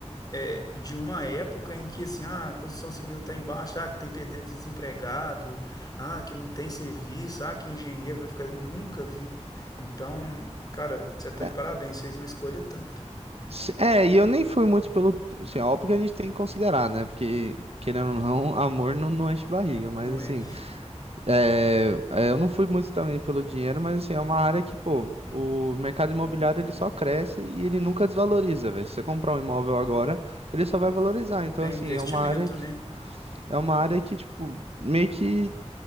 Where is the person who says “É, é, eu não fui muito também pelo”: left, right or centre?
Right